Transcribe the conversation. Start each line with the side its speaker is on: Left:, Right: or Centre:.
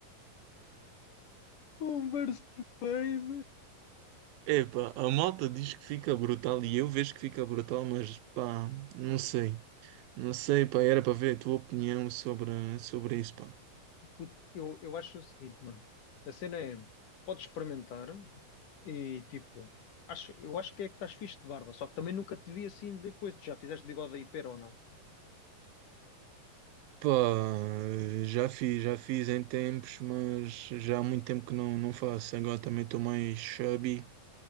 Left: Um burst fade.
Right: Epá, a malta diz que fica brutal e eu vejo que fica brutal, mas pá, não sei. Não sei, pá, era para ver a tua opinião sobre, sobre isso, pá.
Left: Puto, Eu, eu acho o seguinte, mano. A cena é: podes experimentar e tipo. Acho, eu acho que é que estás fixe de barba, só que também nunca te vi assim de coisa. Tu já fizeste bigode aí, pera ou não?
Right: Pá, já fiz, já fiz em tempos, mas já há muito tempo que não, não faço. Agora também estou mais chubby.